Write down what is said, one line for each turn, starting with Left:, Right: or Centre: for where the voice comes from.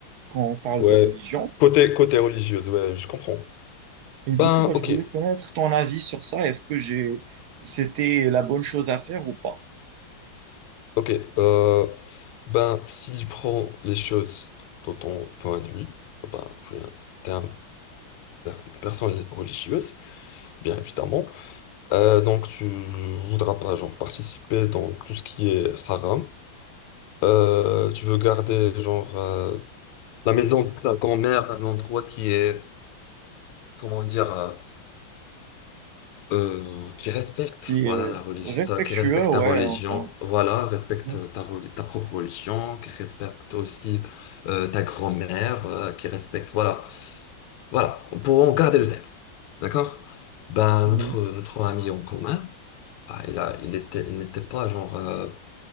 Right: quand on parle
Left: ouais.
Right: de religion.
Left: Côté, côté religieuse, ouais, je comprends.
Right: Et
Left: Ben,
Right: du coup, bah,
Left: ok.
Right: je voulais connaître ton avis sur ça. Est-ce que j'ai, c'était la bonne chose à faire ou pas?
Left: Ok, euh, ben, si je prends les choses de ton point de vue, ben, tu es un- une personne religieuse, bien évidemment. Euh, donc, tu voudras pas, genre, participer dans tout ce qui est haram. Euh, tu veux garder, genre, euh, la maison de ta grand-mère, un endroit qui est, comment dire, euh, euh, qui respecte
Right: Qui
Left: voilà
Right: est
Left: la religion
Right: respectueux,
Left: enfin, qui respecte ta
Right: ouais,
Left: religion
Right: en termes.
Left: voilà respecte
Right: Mhm.
Left: ta reli- ta propre religion qui respecte aussi euh, ta grand-mère euh, qui respecte voilà voilà pour en garder le thème d'accord ben
Right: Oui.
Left: notre notre ami en commun bah, il a il était il n'était pas genre euh,